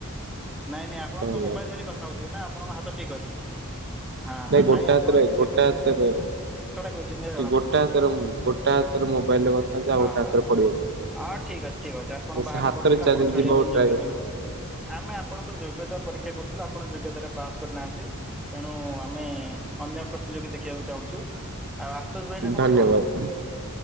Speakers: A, in the centre; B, on the right.
A: ନାଇଁ ନାଇଁ ଆପଣ
B: ଭାଙ୍ଗିଗଲା।
A: ତ ମୋବାଇଲ ଧରିିକି କଥା ହଉଥିବେ ନା ଆପଣଙ୍କ ହାତ ଠିକ ଅଛି। ହଁ ହଁ
B: ଗୋଟେ
A: ନାଇଁ ଆପଣ
B: ହାତରେ
A: ଟିକେ
B: ଗୋଟେ
A: ମିଛ
B: ହାତରେ
A: କଥା କହିଛନ୍ତି ଜଣା
B: ଗୋଟେ
A: ପଡୁଛି।
B: ହାତର ଗୋଟେ ହାତରେ ମୋବାଇଲରେ କଥା ହଉଚି
A: ହଁ
B: ଆଉ ଗୋଟେ
A: ହଁ
B: ହାତରେ
A: ହଁ।
B: ପଡିଗଲି।
A: ହଁ ଠିକ ଅଛି ଠିକ ଅଛି ଆପଣ ବାହାନା
B: ସେ ହାତରେ
A: କରୁଚନ୍ତି,
B: ଚାଲିଯିବାକୁ
A: ଆପଣ ଖେଳିବା ପାଇଁ
B: ଟ୍ରାଏ
A: ଯୋଗ୍ୟତା ନୁହନ୍ତି। ଆମେ ଆପଣଙ୍କୁ ଯୋଗ୍ୟତା ପରୀକ୍ଷା କରୁଥିଲୁ ଆପଣ ଯୋଗ୍ୟତାରେ ପାସ୍ କରିନାହା ଆନ୍ତି, ତେଣୁ ଆମେ ଅନ୍ୟ ପ୍ରତିଯୋଗୀ ଦେଖିବାକୁ ଚାହୁଁଚୁ। ଆଉ ଆଶୁତୋଷ ଭାଇନା ଖବର
B: ଧନ୍ୟବାଦ।
A: କଣ?